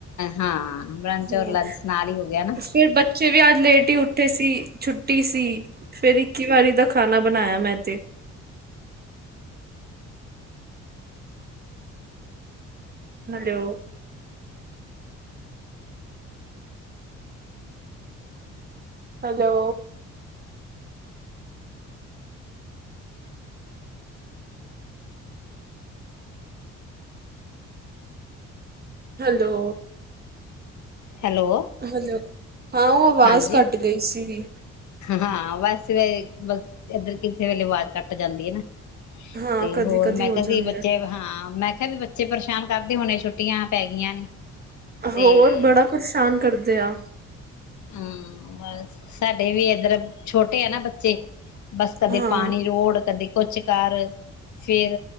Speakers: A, on the left (about 70°); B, on the right (about 30°).
A: ਹਾਂ ਬਰੰਚ
B: ਹੂੰ
A: ਔਰ ਲੰਚ ਨਾਲ ਹੀ ਹੋ ਗਿਆ ਨਾ
B: ਫਿਰ ਬੱਚੇ ਵੀ ਅੱਜ ਲੇਟ ਹੀ ਉੱਠੇ ਸੀ ਛੁੱਟੀ ਸੀ ਫੇਰ ਇੱਕੀ ਵਾਰੀ ਦਾ ਖਾਣਾ ਬਣਾਇਆ ਮੈਂ ਤੇ। Hello hello hello
A: hello
B: hello ਹਾਂ ਉਹ ਆਵਾਜ਼
A: ਹਾਂਜੀ
B: ਘੱਟ ਗਈ ਸੀਗੀ।
A: ਹਾਂ ਵੈਸੇ ਬ ਇੱਧਰ ਕਿਸੇ ਵੇਲੇ ਆਵਾਜ਼ ਕੱਟ ਜਾਂਦੀ ਹੈ ਨਾ।
B: ਹਾਂ
A: ਤੇ
B: ਕਦੀ
A: ਹੋਰ
B: ਕਦੀ
A: ਮੈਂ
B: ਹੋ
A: ਕਿਹਾ ਸੀ
B: ਜਾਂਦਾ
A: ਬੱਚੇ ਹਾਂ ਮੈਂ ਫਿਰ ਵੀ ਬੱਚੇ ਪਰੇਸ਼ਾਨ ਕਰਦੇ ਹੋੁਣੇ ਛੁੱਟੀਆਂ ਪੈ ਗਈਆਂ ਨੇ। ਤੇ
B: ਹੋਰ ਬੜਾ ਪਰੇਸ਼ਾਨ ਕਰਦੇ ਆ
A: ਹੂੰ ਬਸ ਸਾਡੇ ਵੀ ਏਧਰ ਛੋਟੇ ਆ ਨਾ ਬੱਚੇ ਬਸ ਕਦੇ
B: ਹਾਂ
A: ਪਾਣੀ ਰੋਡ ਕਦੇ ਕੁਛ ਕਰ ਫੇਰ